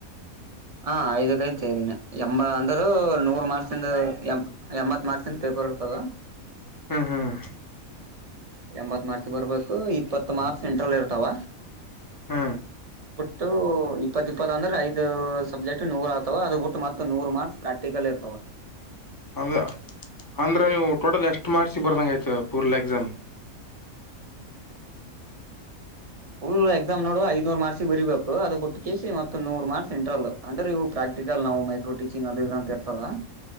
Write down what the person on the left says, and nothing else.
ಹ್ಮ್ ಹ್ಮ್
ಹ್ಮ
ಅಂದ ಅಂದ್ರೆ ನೀವು ಟೋಟಲ್ ಎಷ್ಟು ಮಾರ್ಕ್ಸಿಗೆ ಬರ್ದಂಗ ಆಯ್ತ ಪೂರ್ಲ ಎಕ್ಸಾಮ್